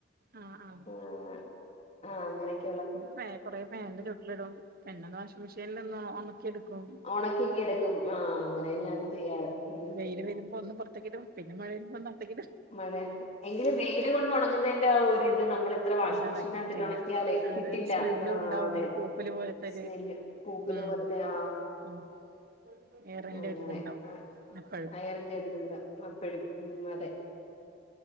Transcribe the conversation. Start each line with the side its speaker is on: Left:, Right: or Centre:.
Right: ആഹ് ആഹ്
Left: ഓഹ് ആഹ് അങ്ങനെയൊക്കെ
Right: ഫാൻ കൊറേ ഫാൻന്റെ ചോട്ടിലിടും പിന്നെ വാഷിങ് മെഷീനില് ഒന്ന് ഒണക്കിയെടുക്കും
Left: ഒണക്കി ഇങ്ങെടുക്കും ആഹ് അങ്ങനേ ഞാനും ചെയ്യാറ് ഉം
Right: വെയില് വരുമ്പോ ഒന്ന് പാെറത്തേക്കിടും പിന്നെ മഴവരുമ്പം ഒന്ന് അകത്തേക്കിടും
Left: മഴേ എങ്കിലും വെയില് കൊണ്ട് ഒണങ്ങുന്നേന്റെ ആ ഒരിത് നമ്മള് എത്ര വാഷിംഗ്
Right: എന്താ
Left: മെഷീനകത്തിട്ട്
Right: കിട്ടില്ല
Left: ഒണക്കിയാലെ
Right: അതൊരു
Left: കിട്ടില്ല
Right: സ്മെല്ലും
Left: ആഹ്
Right: ഉണ്ടാവും
Left: അതെ
Right: ഒരു പൂപ്പല് പോലത്തൊരു
Left: സ്മെല്ല് പൂപ്പല്
Right: ഉം
Left: പോലത്തെ ആഹ്
Right: <inaudible> ഏറിന്റെ
Left: അങ്ങനെ
Right: ഒരിതുണ്ടാവും
Left: ആഹ്
Right: എപ്പഴും
Left: അയറിന്റെ അതില്ണ്ട് അപ്പഴും ഉം അതെ